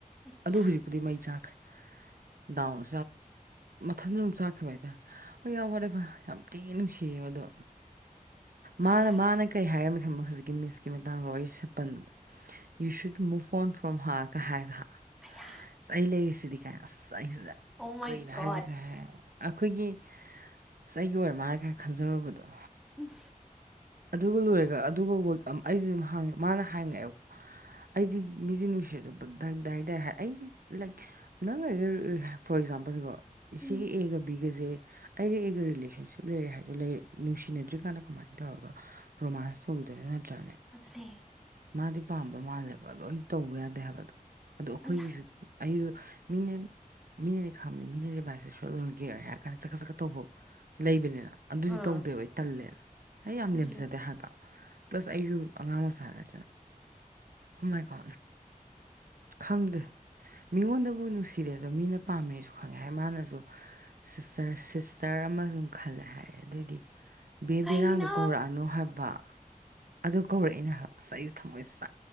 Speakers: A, in the centre; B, on the right (about 85°).
A: ꯑꯌꯥ
B: ꯑꯗꯨ ꯍꯧꯖꯤꯛꯄꯨꯗꯤ ꯃꯩ ꯆꯥꯈ꯭ꯔꯦ ꯗꯥꯎꯟ ꯊꯟꯖꯨꯝ ꯆꯥꯛꯈꯤꯕ ꯍꯥꯏꯇꯥꯔꯦ ꯍ ꯌꯥꯝꯎ ꯋꯥꯔꯦ ꯐ ꯌꯥꯝ ꯇꯤꯉ ꯅꯨꯡꯁꯤꯌꯦꯕ ꯑꯗꯣ ꯃꯥꯅ
A: ꯑꯌꯥ
B: ꯃꯥꯅ ꯀꯔꯤ ꯍꯥꯏꯔꯝꯃꯤ ꯈꯟꯕ ꯍꯧꯖꯤꯛꯀꯤ ꯃꯤꯁꯀꯤ ꯃꯇꯥꯡꯗ ꯂꯣꯏ ꯁꯦ ꯄꯟꯕꯗ ꯌꯨ ꯁꯨꯠ ꯑꯃꯨꯛ ꯐꯣꯟ ꯐ꯭ꯔꯣꯝ ꯍꯥꯑꯒ ꯍꯥꯏꯔꯒ
A: ꯑꯌꯥ
B: ꯑꯁ ꯑꯩ ꯂꯩꯔꯤꯁꯤꯗꯤ ꯀꯥꯏ ꯑꯁ ꯑꯩꯁꯤꯗ
A: ꯑꯣ ꯃꯥꯏ
B: ꯀꯩꯅꯣ
A: ꯒꯣꯠ
B: ꯍꯥꯏꯁꯤꯒ ꯍꯥꯏꯦ ꯑꯩꯈꯣꯏꯒꯤꯁ ꯑꯩꯒꯤ ꯑꯣꯏꯔ ꯃꯥꯜꯂꯒ ꯈꯟꯖꯔꯨꯕꯗꯣ
A: ꯎꯝ
B: ꯑꯗꯨꯒ ꯂꯣꯏꯔꯒ ꯑꯗꯨꯒꯕ ꯑꯩꯁꯨ ꯑꯗꯨ ꯍꯉꯦ ꯃꯥꯅ ꯍꯪꯉꯛꯑꯦꯕ ꯑꯩꯗꯤ ꯃꯤꯁꯦ ꯅꯨꯡꯁꯤꯖꯕ ꯗꯗꯥꯏꯗꯥ ꯍꯥꯏ ꯑꯩꯒꯤ ꯂꯥꯏꯛ ꯅꯪ ꯑꯦꯛꯖꯥꯝꯄꯜꯅꯤꯀꯣ
A: ꯎꯝ
B: ꯁꯤꯒꯤ ꯑꯦꯒ ꯕꯤ ꯑꯩꯒꯁꯦ ꯑꯩꯒ ꯑꯩꯒ ꯔꯤꯂꯦꯁꯟꯁꯤꯞ ꯂꯩꯔꯦ ꯍꯥꯏꯗꯣ ꯂꯩ ꯅꯨꯡꯁꯤꯅꯗ꯭ꯔꯤꯀꯥꯟꯗ ꯀꯃꯥꯏꯅ ꯇꯧꯔꯒ ꯔꯣꯃꯥꯟꯁ ꯎꯗꯣꯏꯔꯅ ꯆ
A: ꯑꯗꯨꯅꯦꯦ
B: ꯃꯥꯗꯤ ꯄꯥꯝꯕ ꯃꯥꯜꯂꯦꯕ ꯑꯗꯣ ꯑꯩ ꯇꯧꯕ ꯌꯥꯗꯦ ꯍꯥꯏꯕꯗꯣ ꯑꯗꯨꯗ ꯑꯩꯈꯣꯏꯒꯤꯁꯨ
A: ꯑꯌꯥ
B: ꯑꯩꯁꯨ ꯃꯤꯅꯦ ꯃꯤꯅꯗꯤ ꯈꯪꯕꯅꯤ ꯃꯤꯅꯗꯤ ꯚꯥꯏꯁꯦ ꯁꯣꯏꯂꯣꯏꯒꯦ ꯍꯥꯏꯔ ꯀꯥꯟꯗ ꯆꯀꯠ ꯆꯀꯠ ꯇꯧꯕ ꯂꯩꯕꯅꯤꯅ ꯑꯗꯨꯗꯤ
A: ꯑꯥ
B: ꯇꯧꯗꯦꯕ ꯑꯩ ꯇꯜꯂꯦꯔ ꯑꯩ ꯌꯥꯝ
A: ꯑꯗꯨꯅꯦ
B: ꯂꯦꯝꯖꯗꯦ ꯍꯥꯏꯕ ꯄ꯭ꯂꯁ ꯑꯩꯁꯨ ꯑꯉꯥꯡ ꯑꯣꯏ ꯁꯥꯟꯅꯅꯤ ꯍꯃꯥꯏꯀ ꯈꯪꯗꯦ ꯃꯤꯉꯣꯟꯗꯕꯨ ꯅꯨꯡꯁꯤꯔꯦꯁꯨ ꯃꯤꯅ ꯄꯥꯝꯃꯦꯁꯨ ꯈꯪꯉꯦ ꯍꯥꯏ ꯃꯥꯅꯁꯨ ꯁꯤꯁꯇꯔ ꯁꯤꯁꯇꯔ ꯑꯃꯁ ꯁꯝ ꯈꯜꯂꯦ ꯍꯥꯏꯔ ꯑꯗꯨꯏꯗꯤ ꯕꯦꯝ
A: ꯀꯩꯒꯤꯅꯣ
B: ꯕꯦꯔꯥꯡꯗꯣ ꯀꯧꯔꯛꯑꯅꯨ ꯍꯥꯏꯕ ꯑꯗꯨ ꯀꯧꯔꯛꯏꯅꯦ ꯉꯁꯥꯏ ꯑꯩ ꯊꯝꯃꯣꯏꯁꯦ